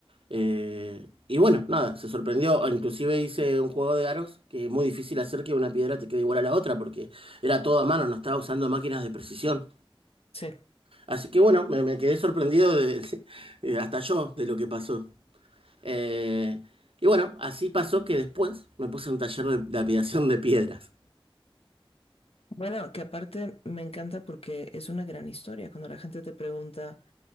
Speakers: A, on the right (about 70°); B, on the left (about 85°).
A: eh, y bueno, nada, se sorprendió. Inclusive hice un juego de aros que es muy difícil hacer que una piedra te quede igual a la otra, porque era todo a mano, no estaba usando máquinas de precisión.
B: sí.
A: Así que bueno, me, me quedé sorprendido de, <laughs> de- hasta yo de lo que pasó. Eh, y bueno, así pasó que después me puse en un taller de, de apilación de piedras.
B: Bueno, que aparte me encanta porque es una gran historia. Cuando la gente te pregunta